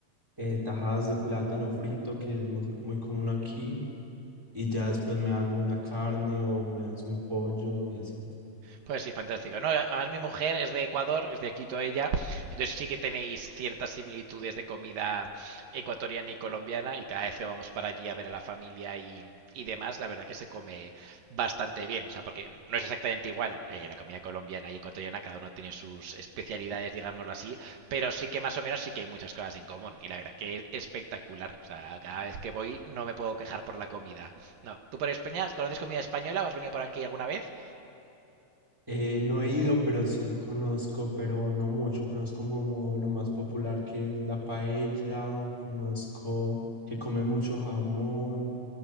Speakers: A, in the centre; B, on the right (about 65°).
A: eh, tajadas de plátano frito, que es mu- muy común aquí. y ya después me hago una carne o me hago un pollo y así.
B: Pues sí, fantástico. No, además mi mujer es de Ecuador, es de Quito ella, entonces sí que tenéis ciertas similitudes de comida ecuatoriana y colombiana y cada vez que vamos para allí a ver a la familia y, y demás, la verdad que se come bastante bien, o sea, porque no es exactamente igual eh, la comida colombiana y ecuatoriana, cada uno tiene sus especialidades, digámoslo así, pero sí que más o menos sí que hay muchas cosas en común y la verdad que es espectacular, o sea, cada vez que voy no me puedo quejar por la comida. No, ¿tú por España conoces comida española o has venido por aquí alguna vez?
A: Eh, no he ido, pero sí conozco, pero no mucho. Conozco como lo más popular que es la paella, conozco que come mucho jamón